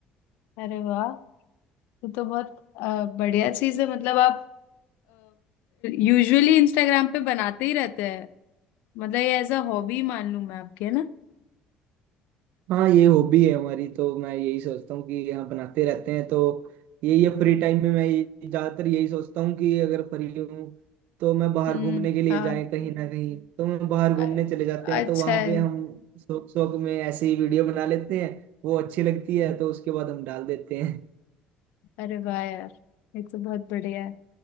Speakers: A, on the left; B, on the right.
A: अरे वाह ये तो बहुत अ, बढ़िया चीज है मतलब आप यूजुअली इंस्टाग्राम पे बनाते ही रहते हैं मतलब ये एज अ हॉबी मान लूं मैं आपके है ना
B: हाँ ये हॉबी है हमारी तो मैं यही सोचता हूँ कि हम बनाते रहते हैं तो यही है फ्री टाइम में मैं ये- ज्यादातर यही सोचता हूँ कि अगर फ्री हूँ तो मैं बाहर
A: हम्म
B: घूमने के लिए
A: हाँ
B: जाएं कहीं ना कहीं तो हम बाहर घूमने
A: अ-
B: चले जाते
A: अच्छा
B: हैं तो वहां
A: है
B: पे हम शौक शौक में ऐसे ही वीडियो बना लेते हैं वो अच्छी लगती है तो उसके बाद हम डाल देते हैं
A: अरे वाह यार ये तो बहुत बढ़िया है